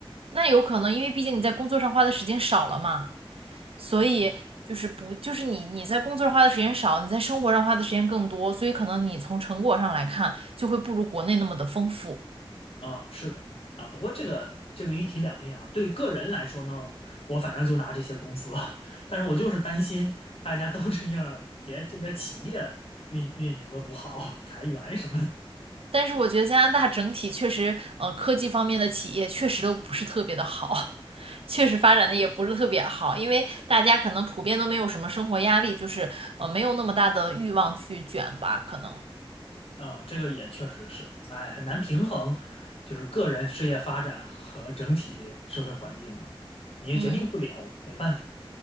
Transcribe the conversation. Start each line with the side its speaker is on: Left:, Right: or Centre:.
Right: 那有可能，因为毕竟你在工作上花的时间少了嘛，所以就是不，
Left: 是的，
Right: 就是你你在工作上花的时间少，你在生活上花的时间更多，所以可能你从成果上来看就会不如国内那么的丰富。
Left: 啊，是的啊。不过这个这个一体两面啊，对个人来说呢，我反正就拿这些公司资，<laughs> 但是我就是担心大家都这样，别这边企业运运营了不好，裁员什么的
Right: 但是我觉得加拿大整体确实，呃，科技方面的企业确实都不是特别的好，<laughs> 确实发展的也不是特别好，因为大家可能普遍都没有什么生活压力，就是呃没有那么大的欲望去卷吧，可能。
Left: 啊，这个也确实是，哎，很难平衡，就是个人事业发展和整体社会环境啊，你也决定不了，
Right: 嗯。
Left: 没办法。